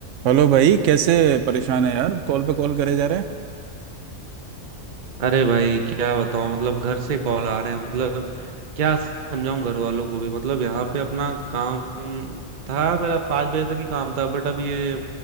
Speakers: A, on the right (about 75°); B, on the right (about 45°).
A: Hello भाई कैसे परेशान है यार कॉल पे कॉल करे जा रहे हैं
B: अरे भाई क्या बताऊं मतलब घर से कॉल आ रहे हैं मतलब क्या समझाऊं घर वालों को भी मतलब यहाँ पे अपना काम था मेरा पाँच बजे तक ही काम था बट अब ये